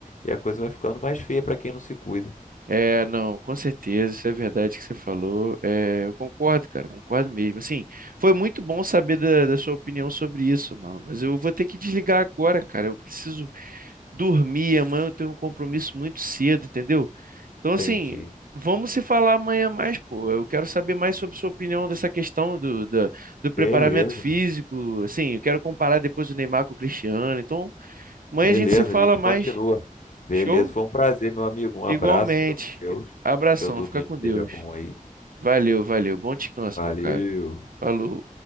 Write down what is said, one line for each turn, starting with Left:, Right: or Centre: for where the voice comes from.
Left: e a coisa vai ficando mais feia para quem não se cuida.
Right: É, não, com certeza, isso é verdade que você falou. É, eu concordo, cara, concordo mesmo. Assim, foi muito bom saber da, da sua opinião sobre isso, mano, mas eu vou ter que desligar agora, cara, eu preciso. dormir, amanhã eu tenho um compromisso muito cedo, entendeu? Então, assim,
Left: Entendi.
Right: vamos se falar amanhã mais, pô. Eu quero saber mais sobre sua opinião dessa questão do, da- do, preparamento
Left: Beleza,
Right: físico, assim, eu quero comparar depois o Neymar com o Cristiano. Então, amanhã
Left: beleza,
Right: a gente se fala
Left: a gente
Right: mais.
Left: continua. Beleza,
Right: Show?
Left: foi um prazer, meu amigo. Um abraço,
Right: Igualmente.
Left: fica com Deus.
Right: Abração,
Left: Seu domingo
Right: fica com Deus.
Left: seja bom aí.
Right: Valeu, valeu. Bom descanso,
Left: Valeu.
Right: meu caro. Falou.